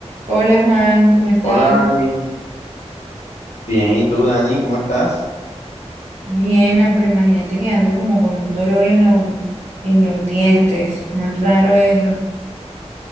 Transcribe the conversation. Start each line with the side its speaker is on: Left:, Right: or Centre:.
Right: Hola Juan, ¿cómo estás?
Left: Hola Dani, bien, ¿y tú Dani? ¿Cómo estás?
Right: Bien, aunque imagínate que ando como con un dolor en, lo- en los dientes. Más raro eso.